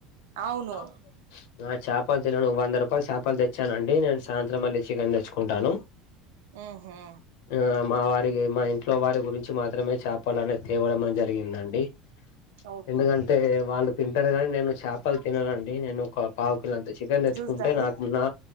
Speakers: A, on the right; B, on the left.
A: అవును
B: అవును అ చేపలు తినను వంద రూపాయలు చేపలు తెచ్చానండి నేను సాయంత్రం మళ్ళీ చికెన్ తెచ్చుకుంటాను
A: ఆ హా
B: ఆ మా వారి మా ఇంట్లో వారి గురించి మాత్రమే చేపాలనేది తేవడంమ జరిగిందండి
A: ఓకే
B: ఎందుకంటే వాళ్ళు తింటారు కానీ నేను చేపలు తిననుండి నేను ఒక పావు కిలో అంత చికెన్ తెచ్చుకుంటా
A: జ్యూస్ దాలు
B: నాకు నా